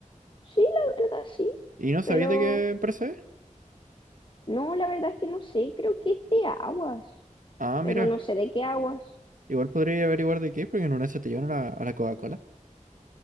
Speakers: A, on the left; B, on the right.
A: Sí, la verdad sí,
B: ¿Y no sabéis
A: pero
B: de qué empresa es?
A: no, la verdad es que no sé, creo que es de aguas,
B: Ah,
A: pero
B: mira.
A: no sé de qué aguas.
B: Igual podría averiguar de qué es, porque en una se te llevan a la, a la Coca-Cola